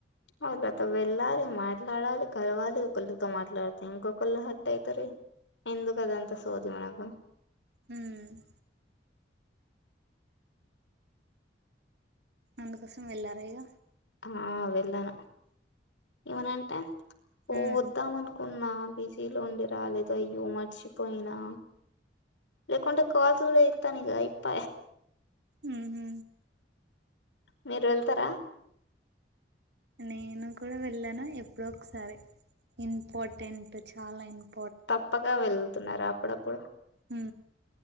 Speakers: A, on the left (about 85°); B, on the right (about 65°).
A: అలతో వెళ్ళాలి మాట్లాడాలి కలవాలి ఒకరిళతో మాట్లాడతే ఇంకొకరుళు హట్ అయితరి ఎందుకు అదంతా చోది మనకు
B: ఉమ్ అందుకోసం వెళ్ళారాఇగ
A: ఆ వెళ్ళాను ఏమనంటే ఓ
B: ఉమ్
A: వద్దాం అనుకు న్నా బిజీలు ఉండి రాలేదు అయ్యో మర్చిపోయినా లే కొంట కాదు కూడా ఇతానుగ ఇయిప్ప
B: ఉంహ
A: మీరు వెళ్తారా
B: నేను కూడా వెళ్ళాను ఎప్పుడోక్సారి ఇంపార్టెంట్ చాలా ఇంప్
A: తప్పక వెళ్తున్నారా అప్పుడప్పుడు
B: ఉ